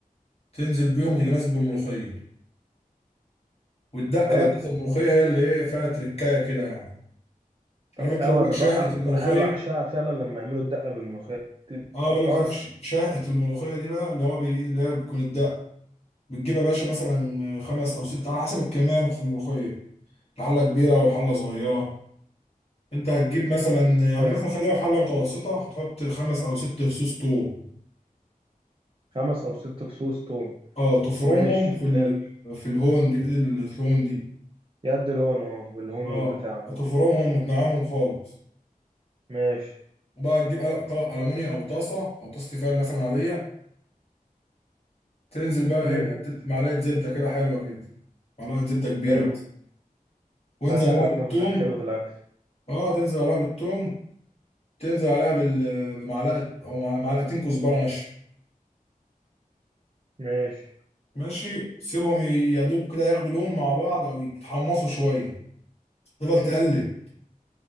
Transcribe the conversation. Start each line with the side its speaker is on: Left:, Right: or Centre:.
Left: تنزل بيهم وتيجي نازل بالملوخية والدقة
Right: حلو
Left: بقى بتاعت الملوخية هي اللي ايه فيها تركاية كده يعني
Right: طب
Left: عارف انت
Right: اه
Left: اللي بقول
Right: انا
Left: لك شهقة
Right: بقى اكتر
Left: الملوخية
Right: حاجه بعشقها فعلا لما يعملوا الدقه بالملوخيه بتبقى
Left: اه بقول
Right: طرش
Left: لك عارف ش- شهقة الملوخية دي بقى اللي هو بي... اللي هي بتكون الدقة بتجيب يا باشا مثلا خمس او ست على حسب الكمية اللي في الملوخية الحلة كبيرة والحلة صغيرة انت هتجيب مثلا يعني
Right: حلو
Left: مثلا خلينا في حله متوسطه هتحط خمس او ست فصوص توم
Right: خمس او ست فصوص توم
Left: اه تفرمهم
Right: ماشي
Left: في ال...
Right: حلو
Left: في الهون دي في ايد الهون دي
Right: يد الهون اهو بالهون
Left: اه
Right: والبتاع وكده
Left: تفرمهم وتنعمهم خالص
Right: ماشي
Left: وبقى تجيب قلق طبق المونيا او طاسه او طاسه تيفال مثلا عاديه تنزل بقى ايه
Right: امم
Left: بحته معلقه زبده كده حلوه كده معلقه زبده كبيره
Right: حلو
Left: مثلا وانزل
Right: لا شكلك
Left: عليها بالثوم
Right: نفسك حلو في الاكل
Left: اه تنزل عليها بالثوم تنزل عليها بال... بمعلقه او مع- معلقتين كزبره ناشفه
Right: ماشي
Left: ماشي سيبهم يا دوب كده ياخدوا لون مع بعض او يتحمصوا شويه تفضل تقلب